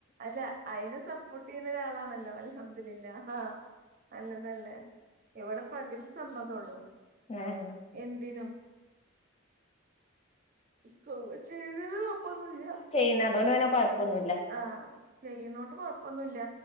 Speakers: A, on the right; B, on the left.
A: അല്ല അയിന് സപ്പോർട്ട് ചെയ്യുന്ന ഒരാളാണല്ലോ അല്ല അൽഹംദുലില്ലാ നല്ലതല്ലേ ഇവിടെ പകുതി സമ്മതംഉള്ളു
B: ആഹഹ്
A: എന്തിനും കോൾ ചേയ്യുന്നതിന് കുഴപ്പമില്ല
B: പിന്ന അതുകൊണ്ട് പിന്നെകുഴപ്പൊന്നുമില്ല
A: ആഹ് ചെയ്യുന്നോട്ട് കൊഴപ്പം കുഴപ്പൊന്നുമല്ല